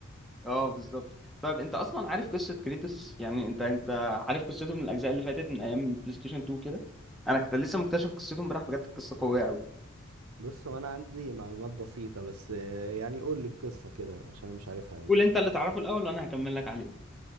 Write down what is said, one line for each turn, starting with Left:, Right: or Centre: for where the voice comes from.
Centre: اه بالظبط طيب انت اصلا عارف قصه كريتوس يعني انت انت عارف قصته من الاجزاء اللي فاتت من ايام بلاي ستيشن 2 كده انا كنت لسه مكتشف قصته امبارح بجد قصه قويه قوي
Right: بص هو انا عندي معلومات بسيطة بس آه، يعني قول لي القصة كده عشان انا مش عارفها قوي.
Centre: قول انت اللي تعرفه الاول وانا هكمل لك عليه